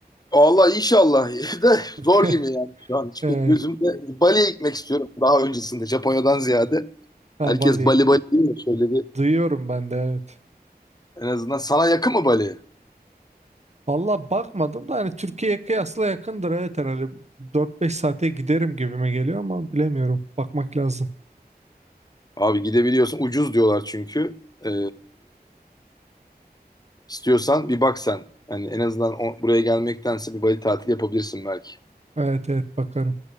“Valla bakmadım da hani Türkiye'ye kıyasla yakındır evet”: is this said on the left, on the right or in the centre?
Right